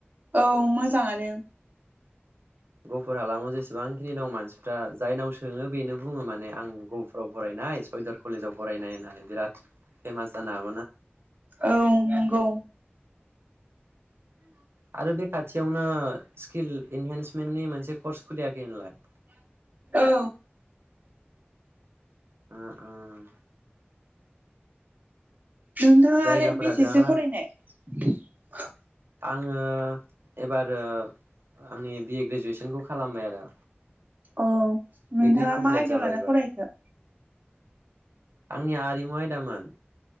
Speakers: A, on the right (about 40°); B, on the right (about 75°).
A: औ मोजाङानो
B: गुफुर हालामाव जेसेबांखिनि दं मानसिफ्रा जायनाव सोङो बेनो बुङो माने आं गहफुराव फरायनाय सयदुर कलेजाव फरायनाय होननानै बिराद फेमाज जानो हाग
A: औ नोंगौ।
B: आरो बे खाथियावनो स्किल इनहेन्समेन्टनि मोनसे कर्स खुलियाखै होनलाय?
A: औ
B: उम उम
A: नोंथाङालाय
B: जायगाफोरा
A: बेसेसो
B: बिराद
A: फरायनाय? <inaudible>
B: आङो एबार आंनि बिए ग्रेजुवेसनखौ खालामबाय आरो।
A: अ नोंथाङा
B: डिग्रि कमप्लिट
A: मा आयदायाव
B: जाबाय
A: लाना
B: एबार
A: फरायखो?
B: आंनिया आरिमु आयदामोन